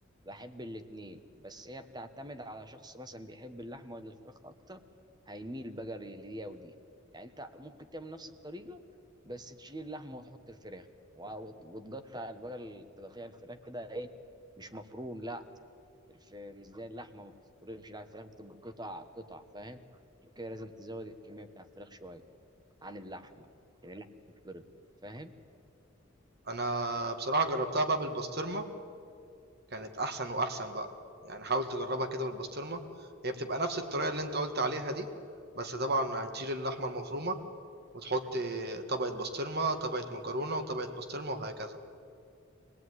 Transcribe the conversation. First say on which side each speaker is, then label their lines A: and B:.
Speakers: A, on the right; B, on the right.
A: بحب الاتنين بس هي بتعتمد على شخص مثلا بيحب اللحمه ولا الفراخ اكتر هيميل بقى ل- لدي ودي يعني انت ممكن تعمل نفس الطريقه بس تشيل اللحمه وتحط الفراخ و- وت- وتقطع بقى تقطيع الفراخ كده ايه مش مفروم لا الف... مش زي اللحمه ما بتتفرمش لا الفراخ بتبقى قطع قطع فاهم عشان كده لازم تزود الكميه بتاع الفراخ شويه عن اللحمه لان اللحمه بتتفرم فاهم
B: أنا بصراحة جربتها بقى بالبسطرمة كانت أحسن وأحسن بقى يعني حاول تجربها كده بالبسطرمة هي بتبقى نفس الطريقة اللي أنت قلت عليها دي بس طبعا هتشيل اللحمة المفرومة وتحط طبقة بسطرمة طبقة مكرونة وطبقة بسطرمة وهكذا